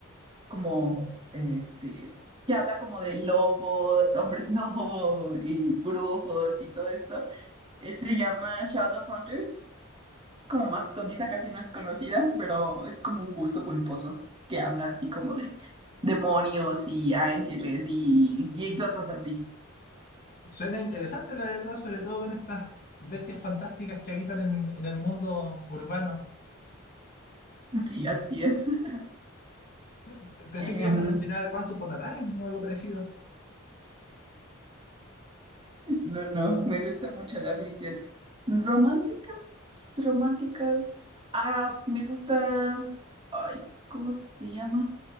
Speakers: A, on the right; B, on the left.
A: como, este, que habla como de lobos, hombres <laughs> lobo y brujos y todo esto. Eh, se llama Shadowhunters. Es como más escondida, casi no es conocida, pero es como un gusto culposo que habla así como de demonios y ángeles y, y cosas así.
B: suena interesante, la verdad, sobre todo en estas bestias fantásticas que habitan en, en el mundo urbano.
A: Sí, así es. <laughs>
B: P- Pensé
A: Em,
B: que ibas a mencionar Once Upon a Time o algo parecido.
A: no, no, me gusta mucho la ficción. Romántica. Románticas. Ah, me gusta. Ay, ¿cómo se llama?